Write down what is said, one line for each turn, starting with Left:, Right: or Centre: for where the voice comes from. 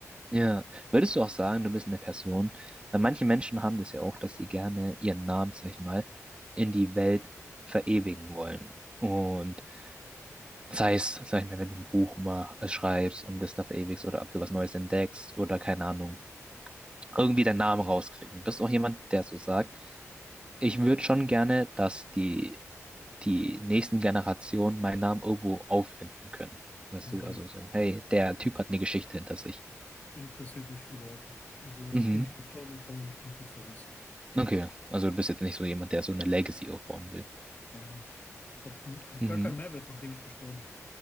Right: ja. Würdest du auch sagen, du bist eine Person, weil manche Menschen haben das ja auch, dass sie gerne ihren Namen, sag ich mal, in die Welt verewigen wollen. Und sei es, sag ich mal, wenn du ein Buch mach, äh, schreibst und das da verewigst oder ob du was Neues entdeckst oder keine Ahnung, irgendwie deinen Namen rauskriegen. Bist du auch jemand, der so sagt, ich würde schon gerne, dass die, die nächsten Generationen meinen Namen irgendwo auffinden können. Weißt
Left: Null.
Right: du, also so, hey, der Typ hat eine Geschichte hinter sich.
Left: interessiert mich überhaupt nicht. Also nachdem
Right: Mhm.
Left: ich gestorben bin, kann man mich komplett vergessen.
Right: Okay, also du bist jetzt nicht so jemand, der so eine Legacy aufbauen will.
Left: Gar nicht. Hat, hat
Right: Mhm.
Left: gar keinen Mehrwert, nachdem ich gestorben bin.